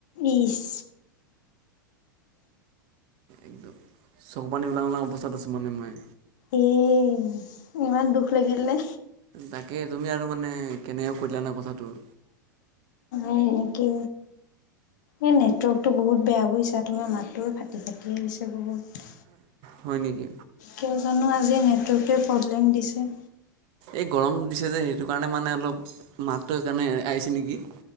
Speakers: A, on the left; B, on the right.
A: ইচ
B: একদম চকু পানী ওলাও ওলাওঁ অৱস্থাত আছোঁ মানে মই
A: এছ ইমান দুখ লাগিল নে
B: তাকে তুমি আৰু মানে কেনেকে কৈ দিলা ন কথাটো
A: হয় নেকি এ নেটৱৰ্কটো বহুত বেয়া বুইছা তোমাৰ মাতটো ফাটি ফাটি আহিছে বহুত
B: হয় নেকি
A: কিয় জানো আজি নেটৱৰ্কটোৱে প্ৰব্লেম দিছে
B: এই গৰম দিছে যে, সেইটো কাৰণে মানে অলপ মাতটো সেইকাৰণে আহিছে নেকি।